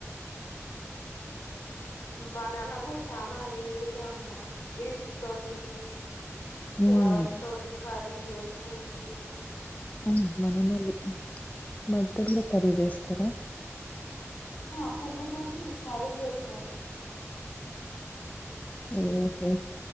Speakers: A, on the left (about 65°); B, on the left (about 30°).
A: బనానా తో చనా యూజెసే ఉంటాయి లీప్స్ తోటి
B: హ్మ్.
A: ఫ్లవర్స్ తోటి కర్రీ జేస్ కోచి
B: అవును. బనానాలు వాటితో గూడా కర్రీ జేస్తారా?
A: ఆ పువ్వు తోటి కర్రీ చేస్తారు
B: ఉహు